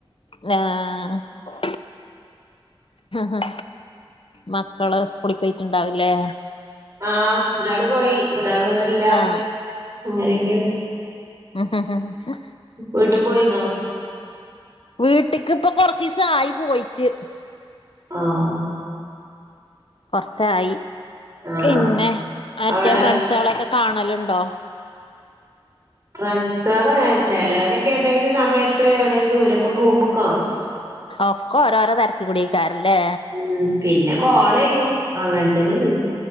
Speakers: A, on the left; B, on the right.
A: നാഹ ഹ ഹ മക്കള് സ്കൂളി പോയിട്ടുണ്ടാവില്ലേ
B: ആഹ് ഒരാള് പോയി ഒരാൾ വിടല്ല
A: ആഹ്
B: അങ്ങനെയൊക്കെയണ്
A: ഹ് ഹ് ഹ്
B: വീട്ട് പോയിന്നോ
A: വീട്ടക്ക് ഇപ്പൊ കൊറച്ചസം ആയി പോയിട്ട്
B: ആഹ്
A: കൊറച്ചായി
B: ആഹ്
A: പിന്നെ മറ്റേ
B: അവിടെ
A: ഫ്രണ്ട്സുകളൊക്കെ കാണലുണ്ടോ
B: ഫ്രണ്ട്സുകള ചെലലൊക്കെ ഏതെങ്കിലും സമയത്ത് എവിടെ ദൂരൊക്കെ പോകുമ്പോക്കെ കാണും
A: ഒക്ക ഓരോരോ തിരക്ക കുടക്കാറല്ലേ
B: ഉ പിന്നെ കോളയ്യും അങ്ങനെത്തന്നെ ഉള്ളു